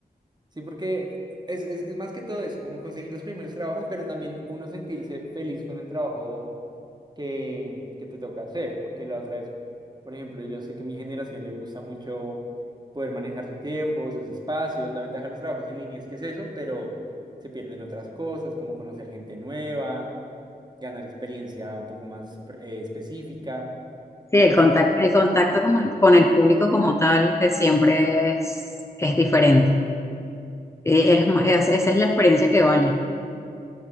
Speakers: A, on the right; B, on the left.
A: sí, porque es, es, es más que todo eso, como conseguir los primeros trabajos, pero también uno sentirse feliz con el trabajo que, que te toca hacer, porque la otra es, por ejemplo, yo sé que a mi generación le gusta mucho poder manejar su tiempo, sus espacios, la ventaja de los trabajos en línea es que es eso, pero se pierden otras cosas, como conocer gente nueva ganar experiencia un poco más eh, específica.
B: Sí,
A: Entonces,
B: el
A: no
B: contacto,
A: sé cómo.
B: el contacto como- con el público como tal eh, siempre es, es diferente. Y es, ma- es- esa es la experiencia que vale,